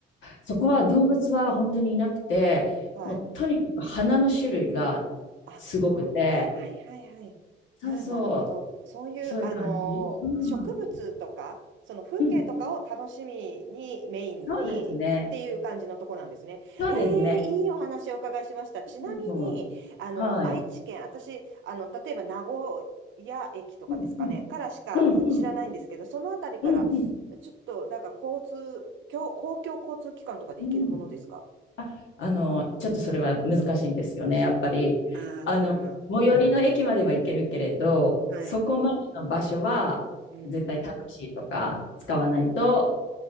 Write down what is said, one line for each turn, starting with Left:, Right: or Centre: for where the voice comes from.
Left: そこは動物は本当にいなくて、
Right: はい。
Left: もうとにかく花の種類が
Right: あ、
Left: すごくて、
Right: はいはいはい。
Left: そうそ
Right: ああ、なるほど。そういう、
Left: う、そういう感じ。
Right: あのー植物とか、
Left: うん。
Right: その風景とかを楽しみに、
Left: うん。
Right: メインにっていう感じのとこなんですね。
Left: そうですね。そうですね。
Right: ええいいお話をお伺いしました。ちなみに、
Left: うん、
Right: あの、
Left: はい。
Right: 愛知県、私、あの、例えば名古屋駅とかですかね、
Left: うん、うん。
Right: からしか知らないんですけど、
Left: うん、うん。
Right: そのあたりから、
Left: うん、うん。
Right: ちょっと、なんか交通、公公共交通機関とかで行けるものですか
Left: うん。あ、あの、ちょっとそれは難しいんですよね、やっぱり。
Right: ああー、
Left: あの、
Right: 車。
Left: 最寄りの駅までは行けるけれど、
Right: はい。
Left: そこまでの場所は絶対タクシーとか使わないと
Right: うん。